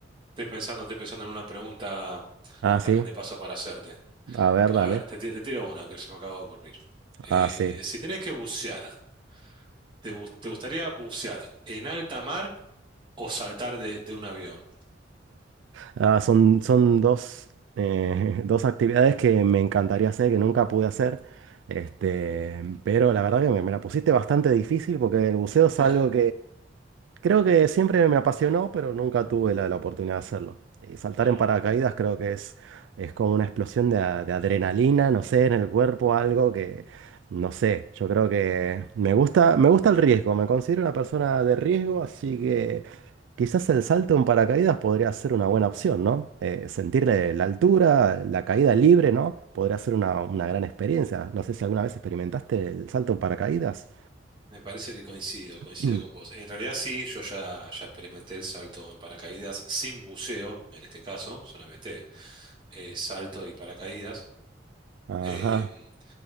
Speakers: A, on the right; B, on the right.
A: Estoy pensando, estoy pensando en una pregunta
B: Ah,
A: también
B: sí.
A: de paso para hacerte.
B: A ver,
A: A
B: dale.
A: ver, te, ti- te tiro una que se me acaba de ocurrir. Eh,
B: Ah, sí.
A: si tenés que bucear, ¿te, gu- te gustaría bucear en alta mar o saltar de, de un avión?
B: Ah, son, son dos, eh, <laughs> dos actividades que me encantaría hacer, que nunca pude hacer. Este, pero la verdad que me, me la pusiste bastante difícil porque el buceo es
A: <laughs>
B: algo Creo que siempre me apasionó, pero nunca tuve la, la oportunidad de hacerlo. Y saltar
A: Mm,
B: en paracaídas creo que es, es como una explosión de, a- de adrenalina, no sé, en el cuerpo, algo que, no sé, yo creo que me gusta, me gusta el riesgo, me considero una persona de riesgo, así que quizás el salto en paracaídas podría ser una buena opción, ¿no? Eh, sentir la la altura, la caída libre, ¿no? Podría ser una, una gran experiencia. No sé si alguna vez experimentaste el salto en paracaídas.
A: Me parece que coincido,
B: <clears throat>
A: coincido con vos. En realidad sí, yo ya, ya experimenté el salto en paracaídas sin buceo, en este caso, solamente eh, salto y paracaídas.
B: Ajá.
A: Em,